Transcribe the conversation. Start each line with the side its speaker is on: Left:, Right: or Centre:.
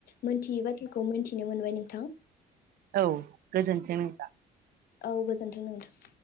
Left: मोनथियै बाथ्राखौ मोनथिनो मोनबाय नोंथां
Right: औ गोजोनथों नोंथां
Left: औ गोजोन्थों नोंथां